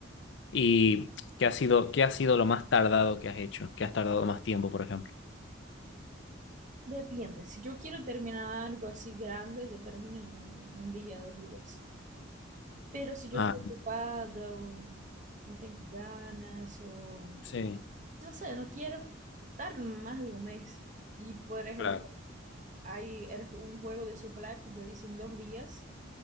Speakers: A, on the left; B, on the right.
A: ¿Y qué ha sido, qué ha sido lo más tardado que has hecho? ¿Qué has tardado más tiempo, por ejemplo?
B: Depende, si yo quiero terminar algo así grande, yo termino en un, un día, dos días. Pero si yo
A: Ah,
B: estoy ocupada o no tengo ganas o
A: sí,
B: no sé, no quiero estar más de un mes. Y por ejemplo,
A: claro.
B: hay el- un juego de Supla que yo hice en dos días